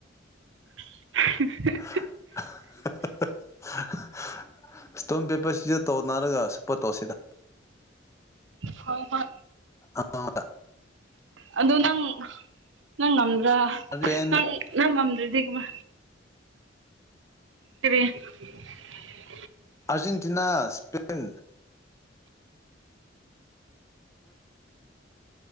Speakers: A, on the right; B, on the left.
A: <inaudible>
B: <unintelligible> ꯏꯁꯇꯣꯟ ꯄꯦꯄꯔꯁꯤꯁꯨ ꯇꯧ ꯅꯥꯔꯒ ꯁꯁꯨꯞꯄꯣꯠ ꯇꯧꯁꯤꯗ
A: ꯍ ꯍꯣꯏ
B: ꯑ <inaudible>
A: ꯑꯣ ꯅꯪ ꯅꯪ ꯉꯝꯗ꯭ꯔꯥ
B: ꯁ꯭ꯄꯦꯟ
A: ꯅꯪ ꯅꯪ ꯉꯝꯗ꯭ꯔꯗꯤ ꯀꯃ ꯀ꯭ꯔꯤ <unintelligible> <inaudible>
B: ꯑꯔꯖꯦꯟꯇꯤꯅꯥ ꯁ꯭ꯄꯦꯟ